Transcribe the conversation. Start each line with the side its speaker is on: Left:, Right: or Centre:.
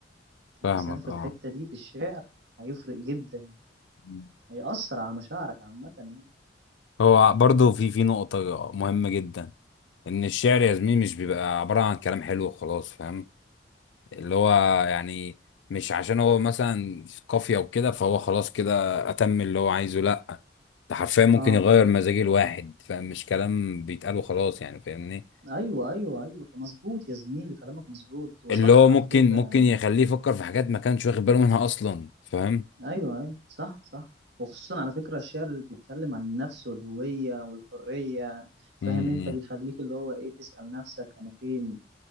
Left: فاهمك
Right: اللسان في
Left: اه
Right: الحته دي في الشعر هيفرق جدا
Left: مم.
Right: هيأثر على مشاعرك عامه يعني
Left: هو برضو في في نقطه مهمه جدا ان الشعر يا زميلي مش بيبقى عباره عن كلام حلو وخلاص فاهم اللي هو يعني مش عشان هو مثلا في قافية وكده فهو خلاص كده أتم اللي هو عايزه لأ ده حرفيا ممكن
Right: اه
Left: يغير مزاج الواحد فمش كلام بيتقال وخلاص يعني فاهمني
Right: ايوه ايوه ايوه مظبوط يا زميلي كلامك مظبوط وصح
Left: اللي هو ممكن
Right: على فكره
Left: ممكن يخليه يفكر في حاجات ما كانش واخد باله منها أصلا فاهم
Right: ايوه ايوه صح صح وخصوصا على فكره الشعر اللي بيتكلم عن النفس والهويه والحريه فاهم
Left: امم
Right: انت بيخليك اللي هو ايه تسأل نفسك انا فين